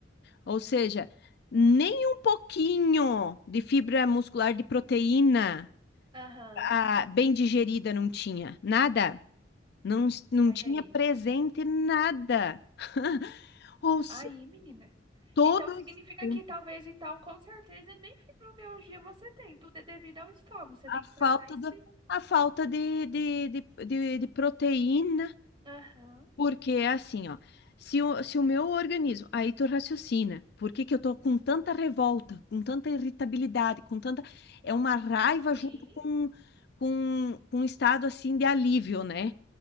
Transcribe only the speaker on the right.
Aham,
olha
aí.
Aí, menina.
Então significa
que talvez, então, com certeza, nem fibromialgia você tem. Tudo é devido ao estômago. Você
tem que tratar
isso
aí.
Aham.
Uhum.
Sim.